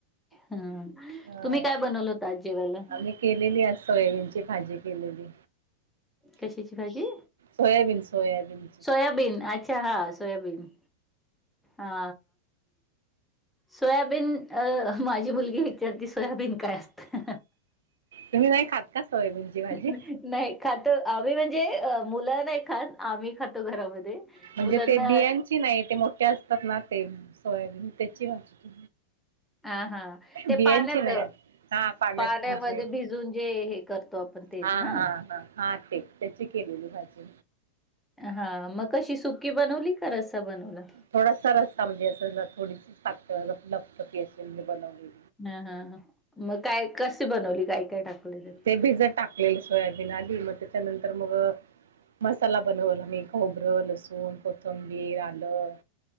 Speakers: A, in the centre; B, on the right.
A: हम्म,
B: ह
A: तुम्ही काय बनवलं होतं आज जेवायला?
B: आम्ही केलेली आज सोयाबीन ची भाजी केलेली.
A: कशाची भाजी?
B: Soybean soybean.
A: सोयाबीन अच्छा! हा सोयाबीन हा. सोयाबीन अ माझी मुलगी विचारती सोयाबीन काय असतं?
B: तुम्ही नाही खात का सोयाबीनची भाजी
A: <inaudible> नाही खातो आम्ही म्हणजे मुलं नाही खात आम्ही खातो घरामध्ये.
B: म्हणजे
A: मुलांना
B: ते बियांची नाही ते मोठे असतात ना ते सोयाबीन त्याची भाजी.
A: हा हा, ते
B: बियांची
A: पाण्यात
B: नाही हा पाण्यात
A: पाण्यामध्ये
B: भिजवून
A: भिजून जे हे करतो आपण तेच
B: हा
A: ना?
B: हा हा हा ते त्याची केलेली भाजी
A: हा मग कशी सुकी बनवली का रस्सा बनवला
B: थोडासा रस्ता म्हणजे असं थोडीशी पातळ लपटफी अशी मी बनवलेली
A: हा हा मग काय कशी बनवली काय काय टाकलं त्यात
B: ते भिजत टाकले सोयाबीन आधी म तेच्यानंतर मग मसाला बनवला मी खोबरं, लसूण, कोथंबीर, आलं